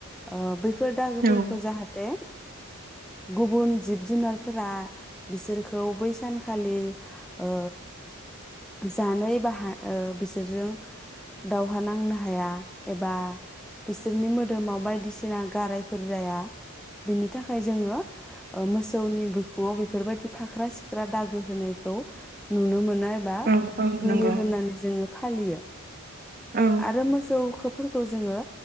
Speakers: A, in the centre; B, on the right.
A: ओ बेफोर फोर दाहोफोरखौ
B: औ
A: जाहाथे दे गुबुन जिब जुनारफोरा बिसोरखौ बै सानखालि ओ जानाय बा बिसोरजों दावहा नांनो हाया एबा बिसोरनि मोदोमाव बायदिसिना गारायफोर जाया बिनि थाखाय जोङो मोसौनि बिखुङाव बेफोरबायदि फाख्रा सिख्रा दागो होनायखौ नुनो मोनो। बा
B: औ औ
A: होयो
B: नंगौ
A: होननानै जोङो फालियो।
B: औ
A: आरो मोसौखोबो फोरखौ जोङो